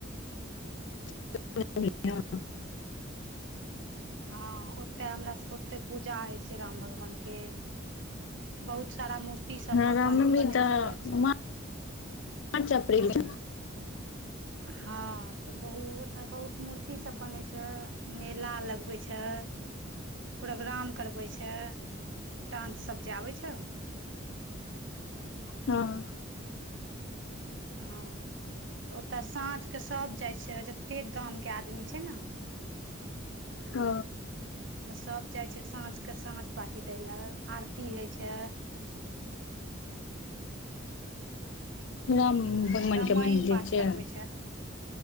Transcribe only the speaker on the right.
हँ ओतय हमरा सके ओते पूजा होइ छै राम भगवान के बहुत सारा मूर्ति सब
भगवान
के बनै
छै,
हँ, तऽ बहु ओठ बहुत मूर्ती ती सब बनय छै मेला लगवै छै, प्रोग्राम करबै छै डांनस सब जे आबै छौ
हँ। ओतय साँझके सब जाइ छै जते गामके आदमी छै न
तऽ सब जाइ छै साँझ क साँझ बाती दै लऽ आरती होइ छै,
एकटा
रामायण
पाठ
करबै